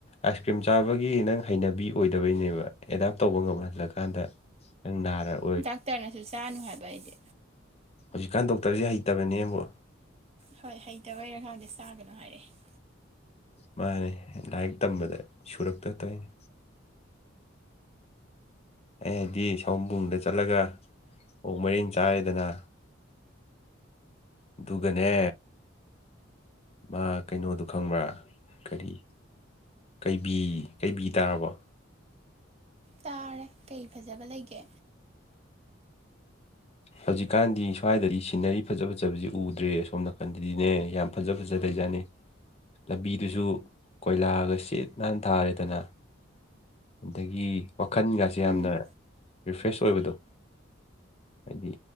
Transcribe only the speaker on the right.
ꯗꯥꯛꯇꯔꯅꯁꯨ ꯆꯥꯅꯨ ꯍꯥꯏꯕ ꯑꯩꯗꯤ
ꯍꯣꯏ ꯍꯩꯇꯕꯩꯔ ꯈꯥꯡꯗꯦ ꯆꯥꯒꯅꯨ ꯍꯥꯏꯔꯛꯑꯦ
ꯇꯥꯔꯦ ꯀꯩ ꯐꯖꯕ ꯂꯩꯒꯦ
ꯎꯝ